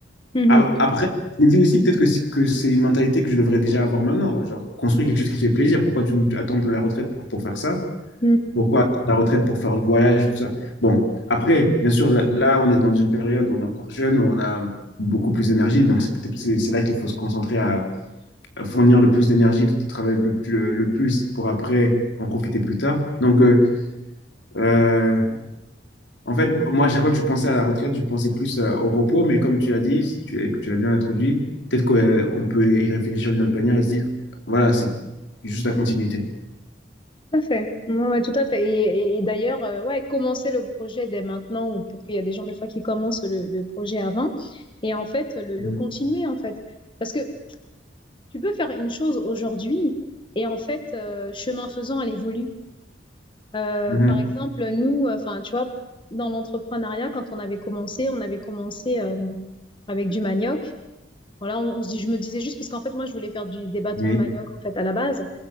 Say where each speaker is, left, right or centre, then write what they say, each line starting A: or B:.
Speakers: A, on the left (about 30°); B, on the left (about 85°).
A: mhm,
B: A- Après, je me dis aussi peut-être que, c- que c'est une mentalité que je devrais déjà avoir maintenant. Genre, construire quelque chose qui te fait plaisir. Pourquoi tu, attends de la retraite pour, pour faire ça?
A: mm,
B: Pourquoi attendre la retraite pour faire le voyage, tout ça? Bon, après, bien sûr, là, là, on est dans une période où on est encore jeune, où on a beaucoup plus d'énergie. Donc, c'est peut-être- c'est c'est là qu'il faut se concentrer à, à fournir le plus d'énergie, de travailler le, plus- le, plus pour après en profiter plus tard. Donc, euh, euh, en fait, moi, à chaque fois que je pensais à la retraite, je pensais plus euh, au repos, mais comme tu as dit, si tu, et que tu l'as bien introduit, peut-être qu'on peut y réfléchir d'une autre manière et se dire, voilà, c'est juste la continuité.
A: tout à fait. Ouais, ouais, tout à fait. Et, et- et d'ailleurs, euh, ouais, commencer le projet dès maintenant, ou peut-être qu'il y a des gens des fois qui commencent le, le projet avant, et en fait, le, le
B: Mm.
A: continuer, en fait. Parce que tu peux faire une chose aujourd'hui et en fait, euh, chemin faisant, elle évolue. Euh,
B: Mhm.
A: par exemple, nous, euh, enfin, tu vois, dans l'entrepreneuriat, quand on avait commencé, on avait commencé euh, avec du manioc. Voilà, on, on se dit, je me disais juste parce qu'en fait, moi, je voulais faire du, des bâtons
B: Oui.
A: de manioc en fait à la base.